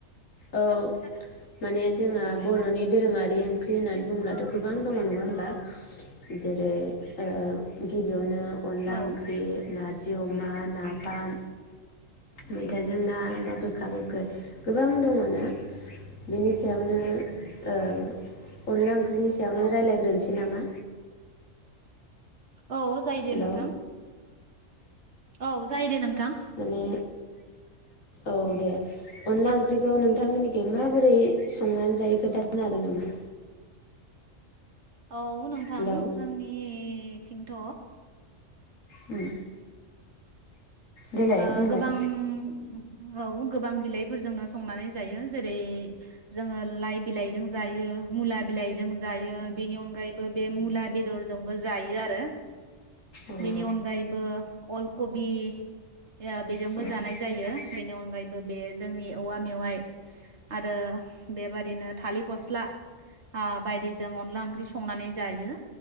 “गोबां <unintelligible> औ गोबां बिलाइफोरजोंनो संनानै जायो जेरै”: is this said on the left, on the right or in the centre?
Right